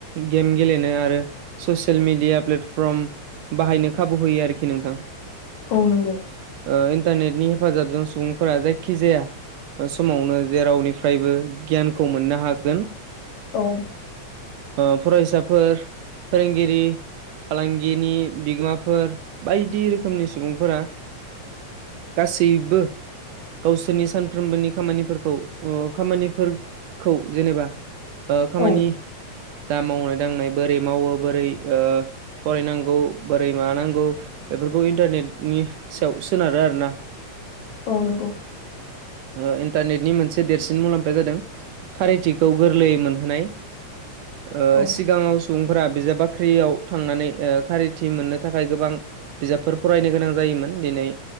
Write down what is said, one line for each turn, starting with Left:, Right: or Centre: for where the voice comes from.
Right: गेम गेलेनो आरो ससियेल मिडिया प्लेटफ्रर्म बाहायनो खाबु होयो आरोखि नोंथां।
Left: औ नंगौ।
Right: ओ इन्टारनेटनि हेफाजाबजों सुबुंफोरा जायखि जाया। ओ समावनो जेरावनिफ्रायबो गियानखौ मोननो हागोन।
Left: औ।
Right: ओ फरायसाफोर फोरोंगिरि फालांगिनि बिगोमाफोर बायदि रोखोमनि सुबुंफोरा
Left: <inaudible>
Right: गासैबो गावसोरनि सानफ्रोमबोनि खामानिफोरखौ ओ खामानिफोर खौ जेनेबा ओ खामानि
Left: औ
Right: दा मावनाय दांनाय बोरै मावो बोरै ओ फरायनांगौ बोरै मानांगौ बेफोरखौ इन्टारनेटनि सायाव सोनारो आरो ना।
Left: औ नंगौ।
Right: ओ इन्टारनेटनि मोनसे देरसिन मुलाम्फाया जादों खारिथिखौ गोरलैयै मोनहोनाय। ओ
Left: औ
Right: सिगाङाव सुबुंफोरा बिजाब बाख्रियाव थांनानै ओ खारिथि मोननो थाखाय गोबां बिजाबफोर फरायनो गोनां जायोमोन दिनै